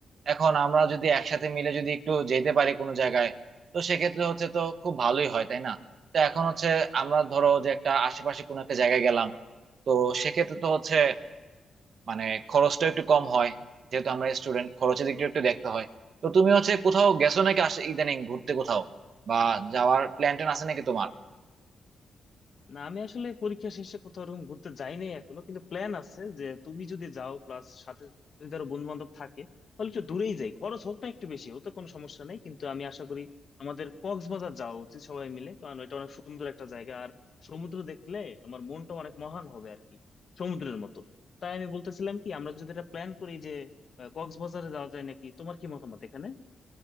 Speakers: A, on the right; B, on the left.
A: এখন আমরা যদি একসাথে মিলে যদি একটু যেতে পারি কোনো জায়গায় তো সেক্ষেত্রে হচ্ছে তো খুব ভালোই হয় তাই না তো এখন হচ্ছে আমরা ধরো যে একটা আশেপাশে কোনো একটা জায়গায় গেলাম তো সেক্ষেত্রে তো হচ্ছে মানে খরচটা একটু কম হয় যেহেতু আমরা স্টুডেন্ট খরচের দিকটা একটু দেখতে হয় তো তুমি হচ্ছে কোথাও গেছো নাকি আসে ইদানিং ঘুরতে কোথাও বা যাওয়ার প্ল্যান ট্যান আছে নাকি তোমার
B: না আমি আসলে পরীক্ষা শেষে কোথাও ওরকম ঘুরতে যাই নাই এখনো কিন্তু প্ল্যান আছে যে তুমি যদি যাও প্লাস সাথে যদি আরো বন্ধু বান্ধব থাকে তাহলে একটু দূরেই যাই খরচ হোক না একটু বেশি ওতে কোনো সমস্যা নাই কিন্তু আমি আশা করি আমাদের কক্সবাজার যাওয়া উচিত সবাই মিলে কারণ এটা অনেক সুন্দর একটা জায়গা আর সমুদ্র দেখলে আমার মনটা অনেক মহান হবে আর কি সমুদ্রের মতো তাই আমি বলতেছিলাম কি আমরা যদি এটা প্ল্যান করি যে আহ, কক্সবাজারে যাওয়া যায় নাকি তোমার কি মতামত এখানে